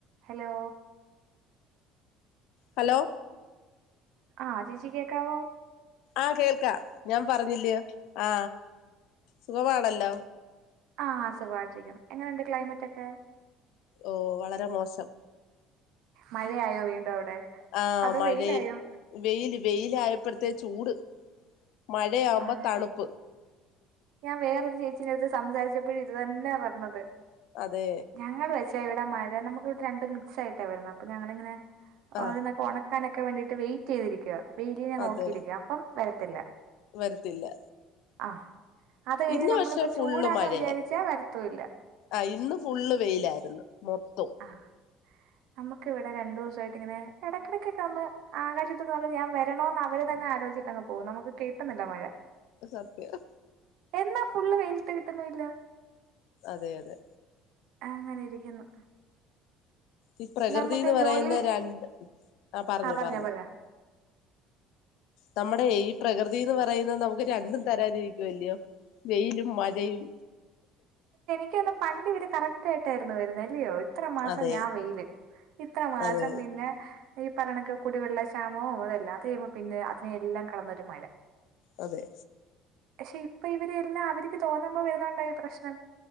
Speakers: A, on the right (about 70°); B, on the left (about 75°).
A: Hello
B: hello
A: ആ ചേച്ചി കേക്കാവോ
B: ആ കേൾക്കാ ഞാൻ പറഞ്ഞില്ല്യോ ആ സുഖമാണല്ലോ
A: ആ സുഖമായിട്ടിരിക്കുന്നു എങ്ങനെയുണ്ട് ക്ലൈമറ്റ് ഒക്കെ
B: ഓ വളരെ മോശം
A: മഴയായോ വീണ്ടും അവ്ടെ
B: ആ
A: അതോ
B: മഴയ
A: വെയിലായോ
B: വെയില് വെയില ആയപ്പോഴത്തെ ചൂട് മഴയാവുമ്പോ
A: ആ
B: തണുപ്പ്
A: ഞാൻ വേറൊരു ചേച്ചീടെടുത്ത് സംസാരിച്ചപ്പഴും ഇത് തന്നെയാ പർഞ്ഞത്
B: അതെ
A: ഞങ്ങള് വെച്ചാ ഇവിടെ മഴ നമുക്ക് വിടെ രണ്ട് മിക്സായിട്ടാ വരുന്ന അപ്പൊ ഞങ്ങളിങ്ങന
B: ആ
A: ഓരോന്നൊക്കെ ഒണ ക്കാനോക്കെ വേണ്ടീട്ട് വെയിറ്റ് ചെയ്തിരിക്ക വെയിലിനെ നോക്കിയിരിക്ക
B: അത്
A: അപ്പം വരത്തില്ല
B: വരത്തില്ല
A: ആ അത് കഴിഞ്ഞ്
B: ഇന്ന്
A: നമ്മളിപ്പോ
B: പക്ഷെ
A: ചൂടാന്ന്
B: ഫുള്ള് മഴയാ
A: വിചാരിച്ചാ വരത്തൂല്ല
B: ആ ഇന്ന് ഫുള്ള് വെയിലായിരുന്നു മൊത്തം
A: ആ നമുക്ക് ഇവടെ രണ്ടൂസായിട്ട് ഇങ്ങനെ എടക്കിടക്കൊക്കെ ഒന്ന് ആകാശത്ത് നോക്കി ഞാൻ വരണോന്ന് അവര് തന്നെ ആലോചി അങ്ങ് പോവും നമുക്ക് <unintelligible> ന്ന്ണ്ട്‌ ആ മഴ
B: സത്യം
A: എന്നാ ഫുള്ള് വെയിലിട്ട് കിട്ടുന്നു ഇല്ല
B: അതെ അതെ
A: അങ്ങനെ ഇരിക്കുന്നു
B: ഈ പ്രകൃതിന്ന്
A: നമ്മക്ക്
B: പറയുന്ന
A: ജോലി
B: രണ്ട് പറഞ്ഞു
A: ആ പറഞ്ഞൊ
B: പറഞ്ഞു
A: പറഞ്ഞൊ
B: നമ്മുടെ ഈ പ്രകൃതീന്ന് പറയുന്ന നമുക്ക് രണ്ടും തരാൻ ഇരിക്കുവല്ല്യൊ വെയിലും മഴയും
A: ഇൻക്ക് തൊന്ന പണ്ട് ഇവര് കറക്റ്റ് ആയിട്ടായിരുന്നു വരുന്ന അല്ലയോ ഇത്ര മാസം
B: അതെ
A: ഞാൻ വെയില് ഇത്ര മാസം
B: അതെ
A: പിന്നെ ഈ പറയണക്കെ കുടിവെള്ള ക്ഷാമവും അതെല്ലാതെം പിന്നെ അതിനെയെല്ലാം കടന്നൊരു മഴ
B: അതെ
A: പക്ഷെ ഇപ്പൊ ഇവര് എല്ലാം അവര്ക്ക് തോന്നുമ്പം വരുന്നൊണ്ട ഈ പ്രശ്നം